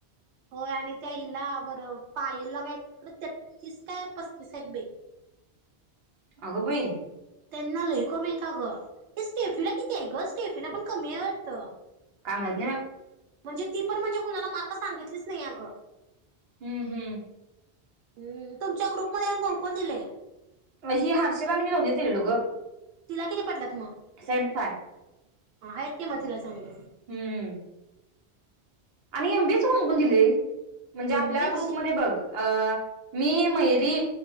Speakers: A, on the right; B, on the right.
A: होय आणि त्या हिला बरं पायलला काय तेतीस काय पस्तीस आहेत बाई
B: अगबाई!
A: त्यांना लय कमीयत आग ये स्टेफीला किती आहे ग स्टेफीला पण कमीय वाटत!
B: काय माहीत नाही बा
A: म्हणजे ती पण म्हणजे कुणाला मार्क सांगितलीच नाही अगं
B: हम्म हम्म
A: हम् तुमच्या ग्रुप मध्ये अन् कोण कोण दिलय
B: वैशी, हर्षला नी मी दोघीच गेलतो ग.
A: तिला किती पडल्यात?
B: सेव्हनटी फाय
A: ह आहेत की मग तीला चांगलं
B: हम्म आणि एम बी ए च कोण कोण दिलय? म्हणजे
A: एमबेच
B: आपल्या ग्रुपमध्ये बघ अ मी मइरी